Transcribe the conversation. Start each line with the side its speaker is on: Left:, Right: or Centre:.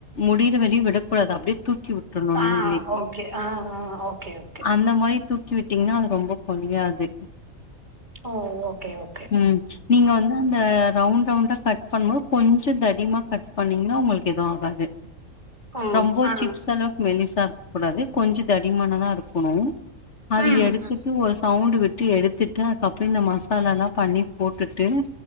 Left: முடியிற வரையு விடக்கூடாது அப்டியே தூக் கி விட்ரணு நீங்களே
Right: ஆ ஓகே ஆ ஆ ஓகே ஓகே
Left: அந்த மாரி தூக் கி விட்டீங்கன்னா அது ரொம்ப கொலையாது
Right: ஓ ஓகே ஓகே
Left: ம் நீங்க வந்து அந்த ரவுண் ரவுண்டா கட் பண்ணும்போ கொஞ்ச தடிமா கட் பண்ணிங்கன்னா உங்ளுக்கு எதுவு ஆகாது
Right: ஓ
Left: ரொம்ப
Right: ஆ
Left: சிப்ஸ் அளவுக் மெலிஸ் சா இருக்ககூடாது கொஞ்ச தடிமானாம இருக்கனு
Right: ம்
Left: அது எடுத்துட்டு ஒரு சவுண்டு விட் டு எடுத்துட்டு அதுக்கப்ற இந்த மசாலாலா பண்ணி போட்டுட்டு